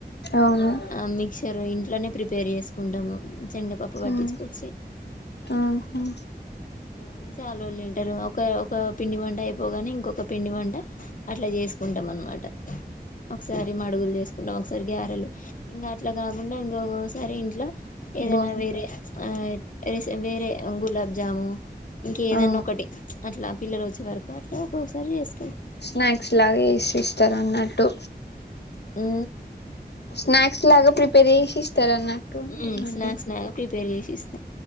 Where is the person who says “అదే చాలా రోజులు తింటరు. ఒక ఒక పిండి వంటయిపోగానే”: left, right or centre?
Left